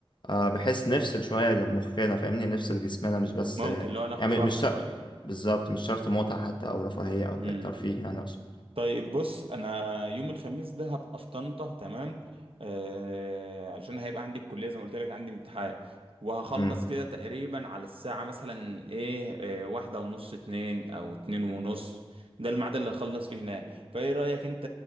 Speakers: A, on the left (about 55°); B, on the right (about 70°).
A: آه بحيث نفصل شوية مخنا فاهمني نفصل جسمنا مش بس
B: ممكن
A: آه
B: لو ناخده
A: يعني
B: راحة
A: مش شرط
B: شوية
A: بالظبط مش شرط متعة حتى أو رفاهية أو
B: مم.
A: كده ترفيه يعني أقصد
B: طيب بص انا يوم الخميس ده هبقى في طنطا تمام آه عشان هيبقى عندي الكليه زي ما قلت لك عندي امتحان وهخلص
A: مم.
B: كده تقريبا على الساعه مثلا ايه آه واحده ونص اتنين او اتنين ونص ده الميعاد اللي هخلص فيه هناك فايه رايك انت